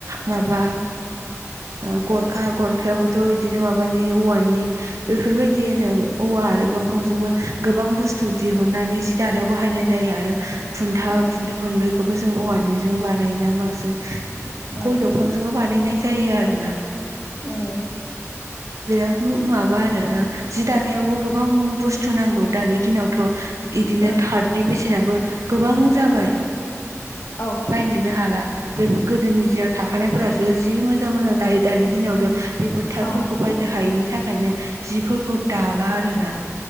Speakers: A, on the right; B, on the left.
A: माबा
B: उम
A: ओ गरखा गरखायाबोथ' बिदिनो माबानि औवानि बेफोरबायदिनो औ औवा आरो दंफांजोंबो गोबां बसथु दिहुननानै जि दानाय बा बाहायनाय जायो आरो खुन्था
B: उम
A: खुन्था मोनब्रैखौबो जों औवानिजों बानायोना बांसिन ।
B: उम
A: गय दंफांजोंबो बानायनाय जायो आरोना।
B: उम।
A: बिराद माबा आरोना जि दानायावबो गोबां बुस्थु नांगौ दानि दिनावथ' इदि
B: उम
A: थातनि बेसेनाबो गोबां जाबाय
B: औ
A: बायनोनो हाला। बे गोदोनि दिनाव थाखानायफोरासो जि मोजां मोजां दायो दानि दिनावथ' बेफोर थातफोरखौ
B: औ
A: बायनो हायैनि थाखायनो जिफोरखौ दाला आरोना।